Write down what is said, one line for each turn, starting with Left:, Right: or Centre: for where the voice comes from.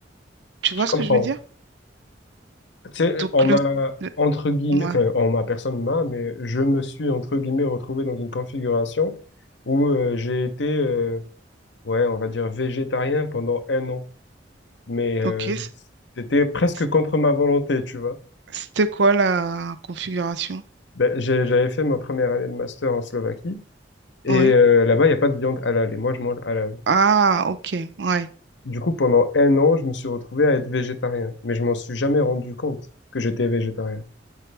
Right: Tu vois
Left: Je comprends.
Right: ce que je veux dire?
Left: Tu sais,
Right: Donc,
Left: on m'a,
Right: le, le-
Left: entre guillemets,
Right: ouais,
Left: enfin, on m'a, personne m'a, mais je me suis, entre guillemets, retrouvé dans une configuration où euh, j'ai été, euh, ouais, on va dire, végétarien pendant un an. Mais euh,
Right: ok. c-
Left: c'était presque
Right: c-
Left: contre ma volonté, tu vois.
Right: C'était quoi la configuration?
Left: Ben, j'ai- j'avais fait ma première année de master en Slovaquie et
Right: Oui.
Left: euh, là-bas, il n'y a pas de viande halal et moi, je mange halal.
Right: Ah, ok, ouais.
Left: Du coup, pendant un an, je me suis retrouvé à être végétarien, mais je m'en suis jamais rendu compte que j'étais végétarien.